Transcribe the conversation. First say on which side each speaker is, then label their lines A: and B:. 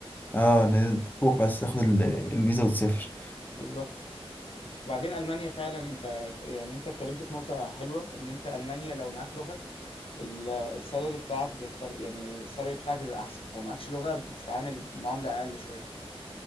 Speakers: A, on the left; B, on the left.
A: اه ان انت تروح بس تاخد ال- الفيزا وتسافر
B: بالظبط وبعدين المانيا فعلا انت يعني انت اتكلمت في نقطه حلوه ان انت المانيا لو معاك لغه ال- السالري بتاعك بيختلف يعني السالري بتاعك بيبقى احسن لو معكش لغه بتتعامل معامله اقل شويه